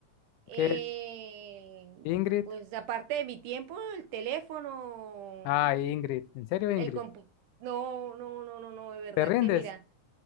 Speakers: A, on the right; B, on the left.
A: El-
B: ¿qué es? Ingrid.
A: pues aparte de mi tiempo, el teléfono,
B: ah Ingrid. ¿En serio, Ingrid?
A: el compu... No, no, no, no, no, de verdad
B: ¿Te rindes?
A: que mira.